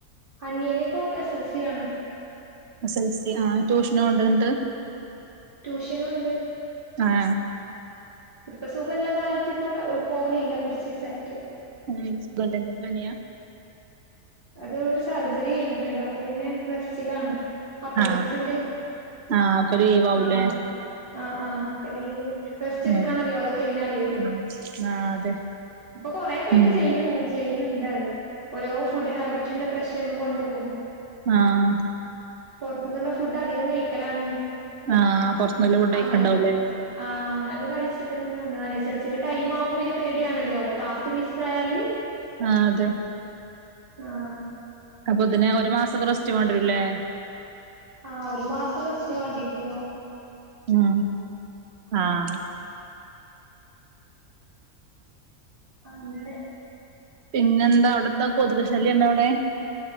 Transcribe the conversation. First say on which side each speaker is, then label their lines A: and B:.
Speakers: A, on the right (about 40°); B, on the right (about 55°).
A: അനിയനിപ്പൊ എസ് എസ് എൽ സി ആണ്
B: എസ് എസ് എൽ സി ആ ട്യൂഷന് പോവ്ണ്ടൊന്നട്ട്
A: ട്യൂഷനും ഉണ്ട്.
B: ആഹ
A: ഇപ്പൊ സുഖല്ലാതായിട്ട് ഇപ്പൊ പോവലില്ല കുറച്ച് ദിവസം ആയിട്ട്
B: ഏ സുഖല്ലെ എന്ത പനിയ
A: അത് ഒരു സർജറി കഴിഞ്ഞിട്ടുണ്ട് അപ്പൊ പിന്നെ റെസ്റ്റിലാണ് അപ്പന്റിക്സിന്റെ
B: ആഹ് ആഹ് അപ്പൊ ലീവാവൂല്ലേ
A: ആ അ ആ അപ്പൊ ലീവ് റസ്റ്റ് എടുക്കണല്ലൊ
B: ആഹ്
A: അത് കഴിഞ്ഞാല്
B: ആഹ് അതെ
A: ഇപ്പൊ കൊറേ പേർക്ക്
B: ഉം
A: ചെയ്യുന്നുണ്ട് ചെയ്യുന്നുണ്ടത് ഓരോ ഫുഡ് ഹാബിറ്റിന്റെ പ്രശ്നങ്ങൾ കൊണ്ടും
B: ആഹ
A: പുറത്തുന്നുള്ള ഫുഡ് അധികം കഴിക്കലാണ്
B: ആഹ് പൊറത്ത്ന്നല്ല ഫുഡ് കഴിക്ക്ണ്ടാവുംല്ലേ
A: അങ്ങനെയൊക്കെ ആഹ് അങ്ങനൊക്കെ കഴിച്ചിട്ട് അങ്ങനെ വന്നതാണെയ് സെൽഫിന്റെ ടൈം ആവുമ്പൊ പിന്നെ പേടിയാണല്ലോ ക്ലാസ് മിസ് ആയാല്
B: ആഹ അതെ
A: ആഹ്
B: അപ്പൊ പിന്നെ ഒരു മാസൊക്കെ റസ്റ്റ് വാണ്ടിവെരുല്ലേ
A: ആഹ ഒരു മാസം റെസ്റ്റ് വേണ്ടി വരും മാസം
B: ഉ ആഹ
A: ആ അങ്ങനെ
B: പിന്നെ എന്താ അവിടെന്താ കൊതുക് ശല്യം ഉണ്ടോ അവിടെ